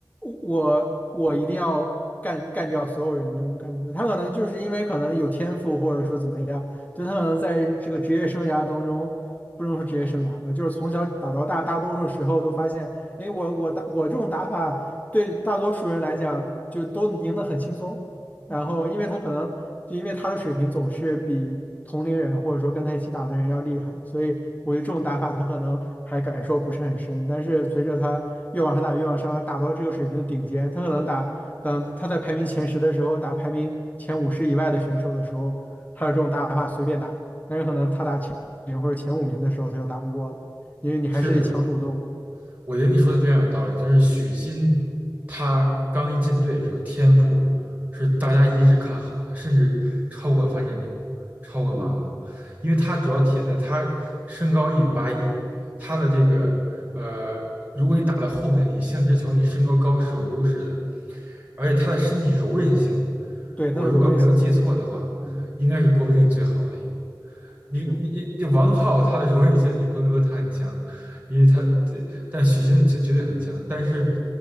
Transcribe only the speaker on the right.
是的，我我觉得你说的非常有道理。就是许昕，他刚一进队的时候，天赋是大家一致看好的，甚至超过樊振东，超过马龙，
因为他主要体现在他身高一米八一，他的这个呃，如果你打到后面，你像直球，你身高高是有优势的，而且他的身体柔韧性，
我如果没有记错的话，
应该是国乒里最好的一个。你你这王浩他的柔韧性，
你不能说他很强，因为他这但许昕的绝绝对很强。但是，